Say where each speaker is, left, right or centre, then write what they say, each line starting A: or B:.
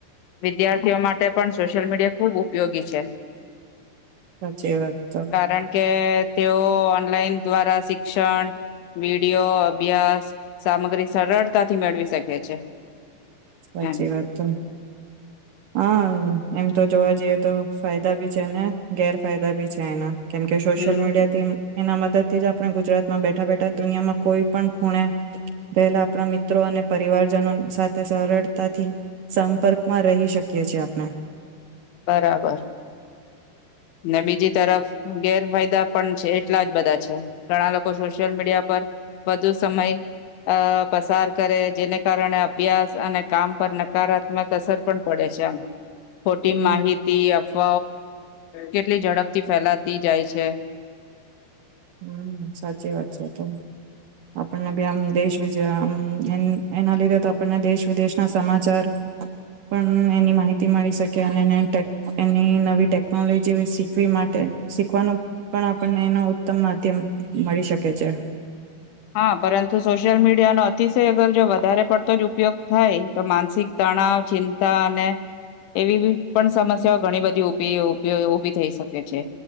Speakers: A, on the left; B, on the right.
A: વિદ્યાર્થીઓ માટે પણ સોશિયલ મીડિયા ખૂબ ઉપયોગી છે.
B: સાચી વાત તો
A: કારણ કે તેઓ ઓનલાઈન દ્વારા શિક્ષણ વિડીયો અભ્યાસ સામગ્રી સરળતાથી મેળવી શકે છે.
B: સાચી
A: એમ
B: વાત તો, હા હમ્મ, એમ તો જોવા જઈએ તો ફાયદા બી છે ને ગેર ફાયદા ભી છે એના કેમ કે સોશિયલ
A: હમ
B: મીડિયા થી એના મદદ થી જ આપણે ગુજરાતમાં બેઠા બેઠા દુનિયામાં કોઈ પણ ખૂણે રહેલા આપણા મિત્રો અને પરિવાર જનો સાથે સરળ થી સંપર્ક માં રહી શકે શ છે આપણે
A: બરાબર ને બીજી તરફ ગેરફાયદા પણ છે એટલા જ બધા છે ઘણા લોકો સોશિયલ મીડિયા પર વધુ સમય અ પસાર કરે જેને કારણે અભ્યાસ અને કામ પર નકારાત્મક અસર પણ પડે છે આમ ખોટી
B: હમ
A: માહિતી સ્વ કેટલી ઝડપથી ફેલાતી જાય છે
B: હમ સાચી વાત છે ત આપણને બી આમ દેશ એના લીધે તો આપણને દેશ વિદેશના સમાચાર પણ એની માહિતી મળી શકે અને એની નવી ટેકનોલોજી શીખવી માટે શીખવાનું પણ આપણને એ ઉત્તમ માધ્યમ મળી શકે છે
A: હા પરંતુ સોશિયલ મીડિયાનોો અતિશય અગર જો વધારે પડતો જ ઉપયોગ થાય તો માનસિક તણાવ ચિંતા અને એવી પણ સમસ્યાઓ ઘણી બધી ઉભી થઈ શકે છે